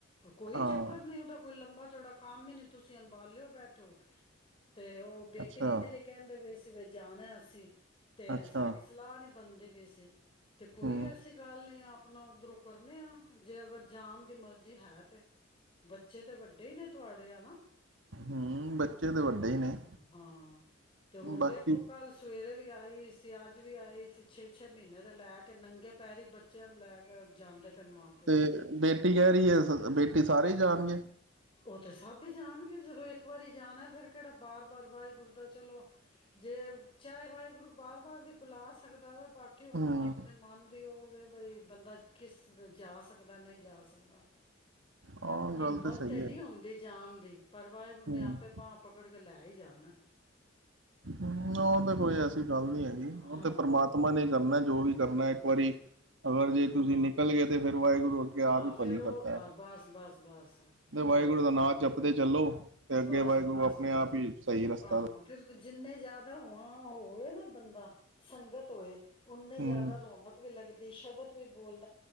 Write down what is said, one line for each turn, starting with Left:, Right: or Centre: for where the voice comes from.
Left: ਕੋਈ
Right: ਹਾਂ
Left: ਚੱਕਰ ਨਹੀਂ ਉਹਦਾ ਕੋਈ ਲੰਬਾ ਇਨਾ ਕੰਮ ਵੀ ਨਹੀਂ ਤੁਸੀਂ ਅੰਬਾਲਿਓ ਬੈਠੋ ਤੇ ਉਹ ਬੇਟੀ
Right: ਅੱਛਾ
Left: ਵੀ ਮੇਰੀ ਕਹਿੰ ਦੇ ਪਏ ਸੀ। ਕਿਵੇ ਜਾਣਾ ਅਸੀਂ ਤੇ
Right: ਅੱਛਾ
Left: ਸਾਡੀ ਸਲਾਹ ਨੀ ਬਣਦੀ ਵੀ ਸੀ ਤੇ ਕੋਈ
Right: ਹੂੰ
Left: ਐਸੀ ਗੱਲ ਨਹੀਂ ਆਪ ਆਪਣਾ ਉੱਧਰੋਂ ਕਰਨੇ ਆ ਜੇ ਅਗਰ ਜਾਨ ਦੀ ਮਰਜ਼ੀ ਹੈ ਤੇ ਬੱਚੇ ਤੇ ਵੱਡੇ ਤਿੰਨ ਨੇ ਤੁਹਾਡੇ ਹਨਾ।
Right: ਹੂੰ ਬੱਚੇ ਤਾਂ ਵੱਡੇ ਹੀ ਨੇ
Left: ਹਾਂ ਤੇ ਹੁਣ
Right: ਬਾਕੀ
Left: ਵੇਖੋ ਕੱਲ ਸਵੇਰੇ ਵੀ ਆਈ ਅਸੀਂ ਤੇ ਅੱਜ ਵੀ ਆਈ ਅਸੀ ਛੇ ਛੇ ਮਹੀਨੇ ਦੇ ਲੈ ਕੇ ਕਿ ਨੰਗੇ ਪੈਰੀ ਬੱਚਿਆਂ ਨੂੰ ਲੈ ਕੇ ਜਾਂਦੇ ਪਏ ਨੇ ਮਾਂ ਪਿਓ
Right: ਤੇ ਬੇਟੀ ਕਹਿ ਰਹੀ ਹੈ ਬੇਟੀ ਕਿ ਸਾਰੇ ਹੀ ਜਾਣਗੇ।
Left: ਉਹ ਤੇ ਸਭ ਹੀ ਜਾਣਗੇ ਜਦੋਂ ਇੱਕ ਵਾਰੀ ਜਾਣਾ ਫੇਰ ਕਿਹੜਾ ਬਾਰ ਬਾਰ ਵਾਹਿਗੁਰੂ ਦਾ ਚਲੋ ਜੇ ਚਾਹੇ ਵਾਹਿਗੁਰੂ ਬਾਰ ਬਾਰ ਵੀ ਬੁਲਾ ਸਕਦਾ ਵਾ। ਬਾਕੀ ਉਹਨੂੰ
Right: ਹਮ
Left: ਆਪਣੇ ਮਨ ਦੀ ਹੋਵੇ ਬਈ ਬੰਦਾ ਕਿਸ ਜਾ ਸਕੇ। ਦਾ ਨਹੀਂ ਜਾ ਸਕਦਾ।
Right: ਹਾਂ ਗੱਲ
Left: ਹਿੰਮਤ
Right: ਤਾਂ ਸਹੀ
Left: ਤੇ
Right: ਹੈ
Left: ਨਹੀਂ ਹੁੰਦੀ ਜਾਣ ਦੀ ਪਰ ਵਾਹਿਗੁਰੂ
Right: ਹਮ
Left: ਨੇ ਆਪੇ ਬਾਹ ਪਕੜ ਕੇ ਲੈ ਹੀ ਜਾਣਾ।
Right: ਹੂੰ ਉਹ ਤਾਂ ਕੋਈ ਐਸੀ ਗੱਲ ਨੀ ਹੈਗੀ ਉਹ
Left: ਹਾਂ
Right: ਤੇ ਪਰਮਾਤਮਾ ਨੇ ਕਰਨਾ ਜੋ ਵੀ ਕਰਨਾ। ਵਾਰੀ ਅਗਰ ਜੇ ਤੁਸੀਂ ਨਿਕਲ ਗਏ ਤੇ ਫਿਰ ਵਾਹਿਗੁਰੂ ਅੱਗੇ ਆਪ
Left: ਆਹੋ
Right: ਹੀ ਭਲੀ
Left: ਫੇਰ
Right: ਕਰਦਾ
Left: ਉਹ
Right: ਹੈ
Left: ਆ ਬਸ ਬਸ ਬਸ
Right: ਤੇ ਵਾਹਿਗੁਰੂ
Left: ਹੋਰ
Right: ਦਾ
Left: ਕੀ।
Right: ਨਾਂ ਜਪਦੇ ਚੱਲੋ ਤੇ ਅੱਗੇ
Left: ਬਸ
Right: ਵਾਹਿਗੁਰੂ
Left: ਬਸ
Right: ਆਪਣੇ
Left: ਬਸ
Right: ਆਪ ਹੀ ਸਹੀ ਰਸਤਾ
Left: ਹਾਂ ਫਿਰ ਜਿੰਨੇ ਜ਼ਿਆਦਾ ਹੋ ਹੋਵੇ ਨਾ ਬੰਦਾ ਸੰਗਤ ਹੋਏ ਓਨੀ
Right: ਹਮ
Left: ਜ਼ਿਆਦਾ ਰੌਣਕ ਵੀ ਲੱਗਦੀ ਸੰਗਤ ਵੀ ਬੋਲ